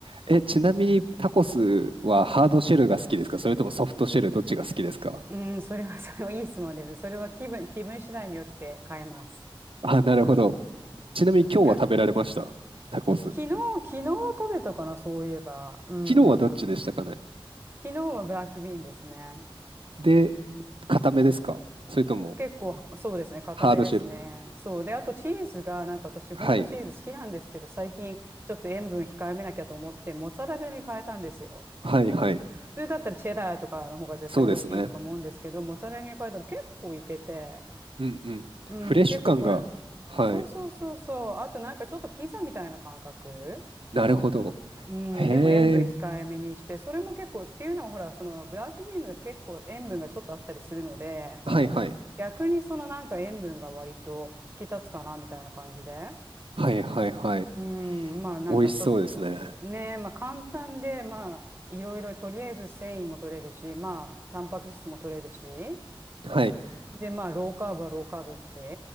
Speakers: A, on the right; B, on the right.
A: え、ちなみにタコスはハードシェルが好きですかそれともソフトシェルどっちが好きですか
B: うん、それは、それはいい質問ですね。それは気分、気分次第によって変えます。
A: あ、なるほど。ちなみに今日は食べられましたタコス。
B: 時間。昨日、昨日食べたかな、そういえば。うんうん。
A: 昨日はどっちでしたかね
B: 昨日はブラックビーンですね。
A: で、固めですかそれとも
B: 結構、そうですね、固めですね。
A: ハードシェル。
B: そう。で、あとチーズが、なんか私、ほんとチーズ好きなんですけど、
A: はい。
B: 最近、ちょっと塩分控えめなきゃと思って、モッツァレラに変えたんですよ。
A: はいはい。
B: 普通だったらチェダーとかの方が絶対美味しいとか思うんですけど、
A: そうですね。
B: モッツァレラに変えたら結構いけて、
A: うんうん。
B: うん、
A: フレッシュ感が。
B: 結構これ、
A: はい。
B: そうそうそうそう。あとなんかちょっとピザみたいな感覚
A: なるほど。
B: うん、
A: へえ。
B: でも塩分控えめにして、それも結構、っていうのはほら、そのブラックミーノが結構塩分がちょっとあったりするので、
A: はいはい。
B: 逆にそのなんか塩分が割と引き立つかなみたいな感じで。
A: はいはいはい。
B: うん、まあなんかちょっとね、
A: 美味しそうですね。
B: まあ簡単で、まあいろいろとりあえず繊維も取れるし、まあタンパク質も取れるし、
A: はい。
B: でまあローカーブはローカーブだし、